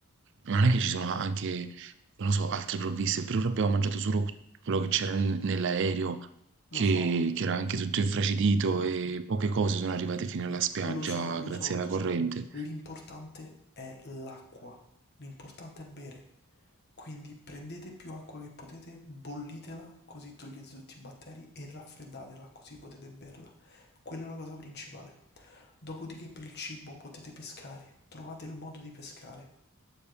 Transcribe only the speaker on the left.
Lo
so,
lo so, lo
so, lo
so.
Mm, L'importante è l'acqua, l'importante è bere. Quindi prendete più acqua che potete, bollitela così togliete tutti i batteri e raffreddatela così potete berla. Quella è la cosa principale. Dopodiché per il cibo potete pescare, trovate il modo di pescare.